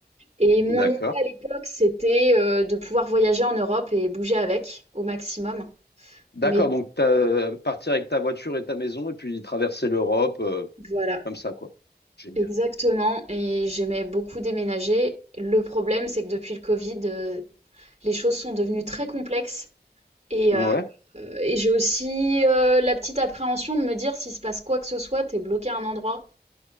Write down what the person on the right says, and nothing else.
Et mon
idée à l'époque, c'était euh, de pouvoir voyager en Europe et bouger avec au maximum.
Mais
voilà.
Exactement et j'aimais beaucoup déménager. Le problème, c'est que depuis le Covid, heu, les choses sont devenues très complexes et
heu et j'ai aussi, heu, la petite appréhension de me dire s'il se passe quoi que ce soit, tu bloqué à un endroit.